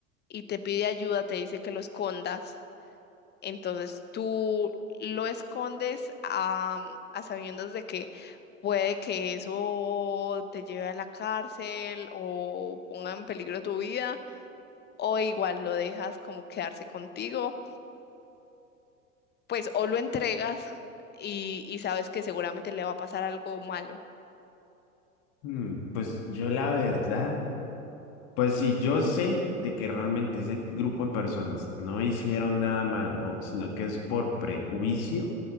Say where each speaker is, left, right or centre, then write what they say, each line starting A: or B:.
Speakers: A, on the left (about 25°); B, on the left (about 45°).
A: y te pide ayuda, te dice que lo escondas. Entonces tú lo escondes a, a sabiendas de que puede que eso te lleve a la cárcel o ponga en peligro tu vida, o igual lo dejas como quedarse contigo, pues o lo entregas y, y sabes que seguramente le va a pasar algo malo.
B: Mm, pues yo la verdad, pues si yo sé de que realmente ese grupo de personas no hicieron nada malo, sino que es por prejuicio,